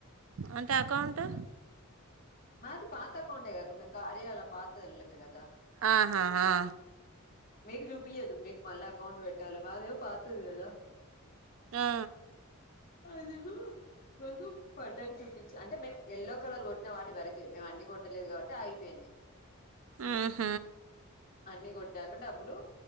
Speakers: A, on the right (about 70°); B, on the left (about 45°).
A: అంటే అకౌంటు
B: మాది పాత అకౌంటే కదా కార్యలో పాతలోమ్మలే కదా.
A: ఆహా, ఆ.
B: మీకు చూపియద్దు మీకు మళ్ళా అకౌంట్ పెట్టాల మాదే యో పాతది కదా
A: ఆ,
B: అదిగో మహమ్ పడ్డట్టు చూపించు అంటే మేమ్ ఎల్లో కలర్ కొట్న వాట్ టి వరకే మేము అన్ని కొట్టలేదు కాబట్టి అయిపోయింది.
A: మ్మ్హ,
B: అన్ని కొట్టాక డబ్బులు